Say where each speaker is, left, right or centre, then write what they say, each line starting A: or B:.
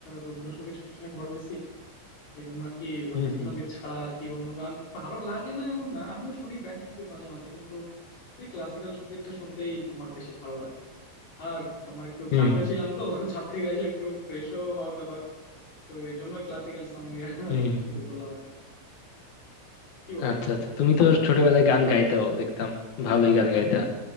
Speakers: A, on the left (about 50°); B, on the left (about 75°).
A: রবীন্দ্রসঙ্গীত শুনে শুনে বড় হয়েছি এই জন্য আর কি রবীন্দ্রসঙ্গীত
B: হুম হুম
A: ছাড়া আর কি অন্য গান ভালো লাগে না এমন না আমিও শুনি ব্যান্ড সঙ্গীত মাঝে মাঝে কিন্তু এই ক্লাসিক্যাল সঙ্গীতটা শুনতেই তোমার বেশি ভালো লাগে আর তোমার একটু
B: হুম
A: চাপে ছিলাম তো <laughs> চাপ থেকে এসে একটু ফ্রেশও হওয়ার ব্যাপার তো এই জন্য ক্লাসিক্যাল সং দিয়ে <laughs>
B: হুম হুম।
A: শুরু করলাম আর কি কি বলো
B: আচ্ছা আচ্ছা তুমি তো ছোটবেলায় গান গাইতাও দেখতাম ভালোই গান গাইতা